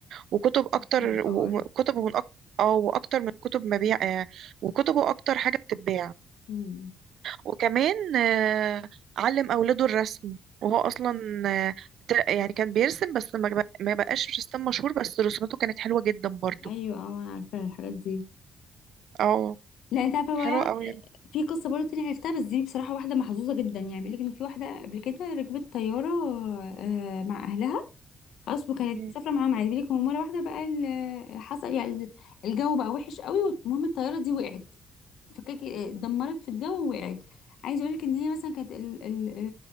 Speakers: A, on the right; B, on the left.
A: وكتب اكتر
B: من خبر
A: وكتبه من اكتر اه واكتر من كتب مبيع آه، وكتبه اكتر حاجه بتتباع
B: امم
A: وكمان آه، علم اولاده الرسم وهو اصلا آه، ت- يعني كان بيرسم بس ما بق- ما بقاش رسام مشهور بس رسوماته كانت حلوه جدا برضو
B: ايوه اه انا عارفه الحاجات دي
A: اه
B: لا انت عارفه بقى
A: حلوه قوي
B: في قصه برضه تانية عرفتها بس دي بصراحه واحده محظوظه جدا يعني بيقول لك ان في واحده قبل كده ركبت طياره آه، مع اهلها خلاص وكانت
A: مم.
B: مسافره معاهم عادي بيقول لك مره واحده بقى ال- حصل يعني الجو بقى وحش قوي والمهم الطياره دي وقعت فكك اتدمرت في الجو ووقعت عايزه اقولك ان هي مثلا كانت ال ال